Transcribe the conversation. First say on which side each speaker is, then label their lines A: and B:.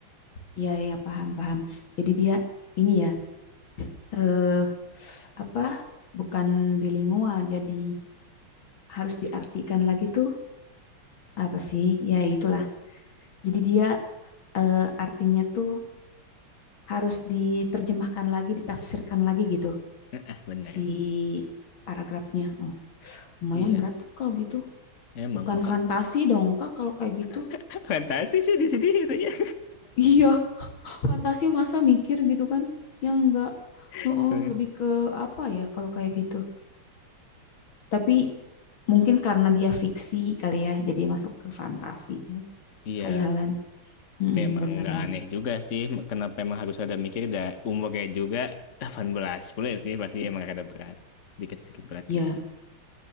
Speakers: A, on the left; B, on the left.
A: iya, iya, paham, paham. Jadi dia ini ya, eh apa bukan bilingual jadi harus diartikan lagi tuh apa sih ya itulah jadi dia eh, artinya tuh harus diterjemahkan lagi ditafsirkan lagi gitu
B: Eh, eh, benar.
A: si paragrafnya oh lumayan
B: Iya,
A: berat tuh kalau gitu
B: emang
A: bukan
B: maka
A: fantasi dong kak kalau kayak gitu
B: <laughs> fantasi sih di sini itu ya.
A: <laughs> iya fantasi masa mikir gitu kan yang enggak oh,
B: <laughs>
A: lebih ke apa ya kalau kayak gitu tapi Mungkin karena dia fiksi kali ya, jadi masuk ke fantasi kan.
B: Iya.
A: Hayalan. Mm-mm,
B: Tapi emang
A: bener-bener.
B: nggak aneh juga sih, kenapa emang harus ada mikir, dah umurnya juga 18 full sih, pasti emang ada berat. Dikit-sedikit berat
A: ya,
B: gitu.